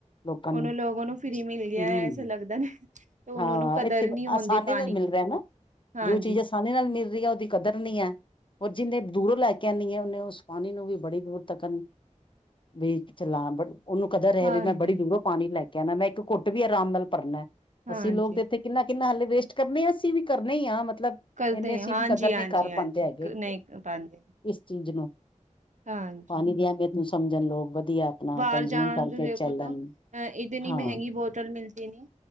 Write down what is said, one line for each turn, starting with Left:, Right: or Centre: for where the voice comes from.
Left: ਲੋਕਾਂ
Right: ਉਹਨਾਂ
Left: ਨੂੰ,
Right: ਲੋਗੋ ਫ੍ਰੀ ਮਿਲ ਗਿਆ
Left: ਹੂੰ,
Right: ਹੈ, ਐਸਾ ਲੱਗਦਾ ਨਾ ਤੇ ਉਹਨਾਂ
Left: ਹਾਂ
Right: ਨੂੰ ਕਦਰ
Left: ਏਥੇ
Right: ਨਹੀਂ ਹੁੰਦੀ
Left: ਆਸਾਨੀ
Right: ਪਾਣੀ
Left: ਨਾਲ ਮਿਲ
Right: ਕੀ
Left: ਰੇਆ। ਹੇਨਾ,
Right: ਹਾਂਜੀ
Left: ਜੋ ਚੀਜ਼ ਆਸਾਨੀ ਨਾਲ ਮਿਲ ਰਈ ਏ, ਉਹਦੀ ਕਦਰ ਨੀ। ਏ। ਔਰ ਜਿੰਨੇ ਦੂਰੋਂ ਲੈ ਕੇ ਆਨੀ ਐ, ਓਨੇ ਉਸ ਪਾਣੀ ਨੂੰ ਵੀ ਬੜੀ ਦੂਰ ਤੱਕ ਨ ਬੀ ਚਲਾਂ ਬਟ ਉਹਨੂੰ ਕਦਰ ਹੈ
Right: ਹਾਂਜੀ
Left: ਵੀ ਮੈਂ ਬੜੀ ਦੂਰੋਂ ਪਾਣੀ ਲੈ ਕੇ ਆਣਾ, ਮੈਂ ਇੱਕ ਘੁੱਟ ਵੀ ਆਰਾਮ ਨਾਲ ਭਰਨਾ ਐ।
Right: ਹਾਂਜੀ
Left: ਅਸੀਂ ਲੋਕ ਤੇ ਇੱਥੇ ਕਿੰਨਾ ਕਿੰਨਾ ਹਾਲੇ ਵੇਸਟ ਕਰਨੇ ਆ ਅਸੀਂ ਵੀ ਕਰਨੇ ਈ ਆਂ ਮਤ ਲਬ
Right: ਕਰਦੇ
Left: ਇੰਨੇ ਅਸੀਂ
Right: ਹਾਂਜੀ
Left: ਵੀ ਕਦਰ
Right: ਹਾਂਜੀ
Left: ਨਹੀਂ ਕਰ
Right: ਹਾਂਜੀ
Left: ਪਾਂਦੇ ਹੈਗੇ,
Right: ਨਹੀਂ ਪਾਉਂਦੇ
Left: ਇਸ ਚੀਜ਼ ਨੂੰ
Right: ਹਾਂਜੀ।
Left: ਪਾਣੀ ਦੀ ਅਹਿਮੀਅਤ ਨੂੰ ਸਮਝਣ ਲੋਕ ਵਧ ਵੀ ਆਪਣਾ
Right: ਬਾਹਰ
Left: ਕੰਜਿਊਮ
Right: ਜਾਣ
Left: ਕਰਕੇ
Right: ਦੇ ਦੇਖੋ
Left: ਚੱਲਣ।
Right: ਤਾਂ ਅ ਇਤਨੀ
Left: ਹਾਂ।
Right: ਮਹਿੰਗੀ ਬੋਟਲ ਮਿਲਤੀ ਨੀ